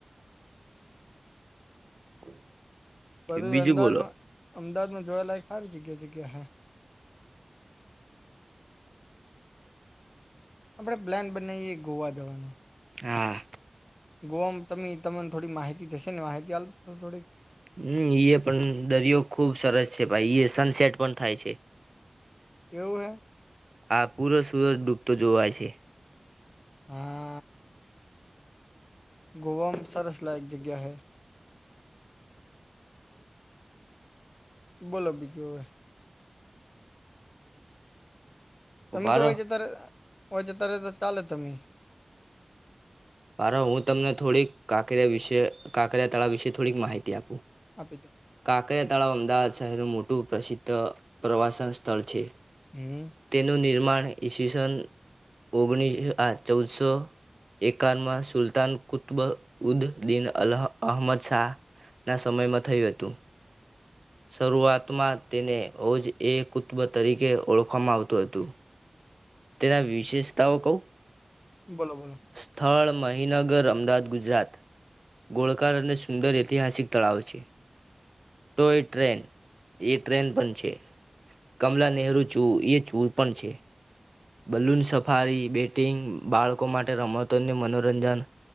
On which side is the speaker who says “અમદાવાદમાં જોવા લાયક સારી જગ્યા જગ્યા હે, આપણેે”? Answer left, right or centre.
Left